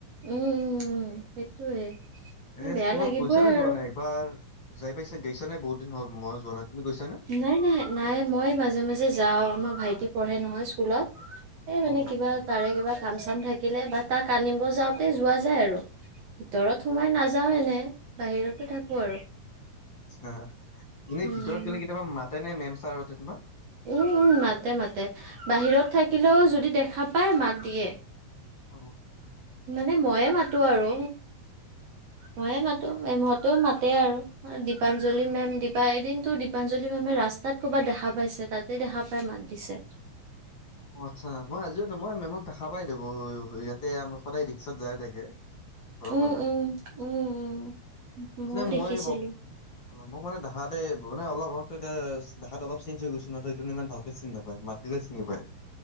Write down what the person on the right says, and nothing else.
উম উম উম সেইটোয়ে
বেয়া
লাগিবই
আৰু
নাই নাই নাই মই মাজে মাজে যাও আমাৰ ভাইটি পঢ়ে ন নহয় স্কুলত এই
মানে
কিবা তাৰে কিবা কাম চাম থাকিলে ব তাক আনিব যাওঁতে যোৱা যায় আৰু ভিতৰত সোমাই নাযাওঁ এনে বাহিৰতে থাকো আৰু
উম
উম উম মাতে মাতে বাহিৰত থাকিলেও যদি দেখা পায় মাত দিয়ে
মানে ময়ে মাতো আৰু ময়ে মাতো এ মেমহতেও মাতে তে আৰু দীপাঞ্জলি মেম দপা এদিনতো দীপাঞ্জলি মেমে ৰাস্তাত ক'ৰবাত দেখা পাইছে তাতে দেখা পাই মাত দিছে
উম
উম উম উম ময়ো
দেখিছিলো